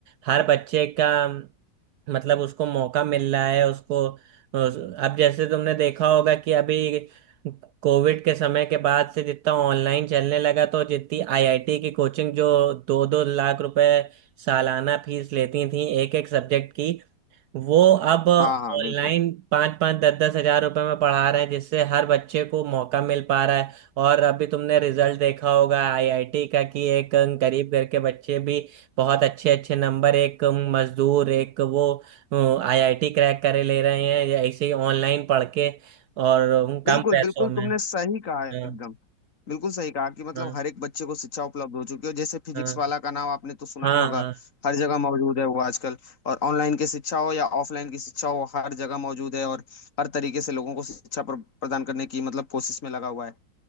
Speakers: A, on the right (about 70°); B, on the left (about 45°).
A: हर बच्चे का मतलब उसको मौका मिल रहा है उसको उस- अब जैसे तुमने देखा होगा कि अभी कोविड के समय के बाद से जितना ऑनलाइन चलने लगा तो जितनी आईआईटी की कोचिंग जो दो दो लाख रुपए सालाना फीस लेती थी एक एक सब्जेक्ट की वो अब ऑनलाइन
B: हाँ हाँ बिल्कुल
A: पाँच पाँच दस दस हजार रुपए में पढ़ा रहे हैं जिससे हर बच्चे को मौका मिल पा रहा है और अभी तुमने रिजल्ट देखा होगा आईआईटी का कि एक गरीब घर के बच्चे भी बहुत अच्छे अच्छे नंबर एक मजदूर एक वो आईआईटी क्रैक करे ले रहे हैं या ऐसे ही ऑनलाइन पढ़ के और कम
B: बिल्कुल
A: पैसों
B: बिल्कुल
A: में
B: तुमने सही कहा एकदम
A: हाँ
B: बिल्कुल सही कहा कि मतलब
A: हाँ
B: हर एक बच्चे को शिक्षा उपलब्ध हो चुकी है जैसे फिजिक्स
A: हाँ
B: वाला का नाम आपने तो सुना
A: हाँ
B: ही होगा
A: हाँ
B: हर जगह मौजूद है वो आजकल और ऑनलाइन की शिक्षा हो या ऑफलाइन की शिक्षा हो हर जगह मौजूद है और हर तरीके से लोगों को शिक्षा प्र- प्रदान करने की मतलब कोशिश में लगा हुआ है